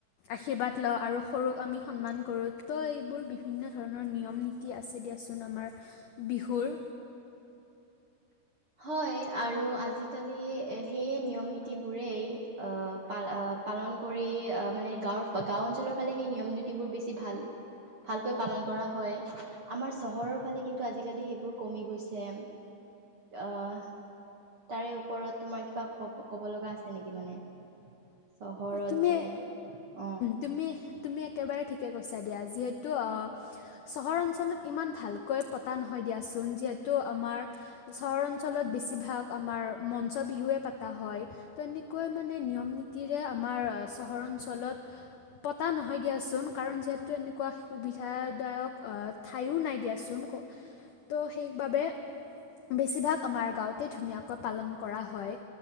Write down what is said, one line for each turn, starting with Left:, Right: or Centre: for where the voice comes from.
Left: আশীৰ্বাদ লওঁ আৰু সৰুক আমি সন্মান কৰো। তো এইবোৰ বিভিন্ন ধৰণৰ নিয়ম নীতি আছে দিয়াচোন আমাৰ বিহুৰ।
Right: হয় আৰু আজিকালি সেইয়ে নিয়ম নীতিবোৰেই পালন- পালন কৰি অহ মানে গাঁৱৰ গাওঁ অঞ্চলৰ ফালে সেই নিয়ম নীতিবোৰ বেছি ভাল। ভালকৈ পালন কৰা হয়, আমাৰ চহৰৰ ফালে কিন্তু আজিকালি সেইবোৰ কমি গৈছে। অহ তাৰে ওপৰত তোমাৰ কিবা ক ক'ব লগা আছে নেকি মানে? চহৰত
Left: তুমি
Right: যে অ'।
Left: তুমি তুমি একেবাৰে ঠিকে কৈছা দিয়া। যিহেতু চহৰ অঞ্চলত ইমান ভালকৈ পতা নহয়। দিয়াচোন যিহেতু আমাৰ চহৰ অঞ্চলত বেছিভাগ আমাৰ মঞ্চ বিহুৱে পাতা হয়। হয় তেনেকৈ মানে নিয়ম নীতিৰে আমাৰ চহৰ অঞ্চলত পতা নহয় দিয়াচোন কাৰণ যিহেতু এনেকুৱা সুবিধাদায়ক ঠাইও নাই দিয়াচোন। ত' সেইবাবে বেছিভাগ আমাৰ গাওঁতে ধুনীয়াকৈ পালন কৰা হয়